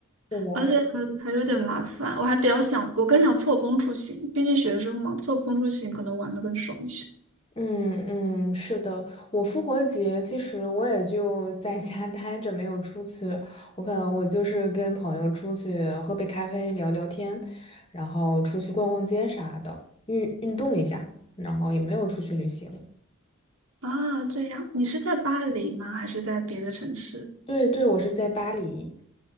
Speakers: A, on the left; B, on the right.
A: 对的。
B: 而且嗯还有点麻烦。我还比较想，我更想错峰出行，毕竟学生嘛，错峰出行可能玩的更爽一些。
A: 嗯嗯，是的，我复活节其实我也就在家待着，没有出去。我可能我就是跟朋友出去喝杯咖啡聊聊天，然后出去逛逛街啥的，运运动一下，然后也没有出去旅行。
B: 啊，这样，你是在巴黎吗？还是在别的城市？
A: 对对，我是在巴黎。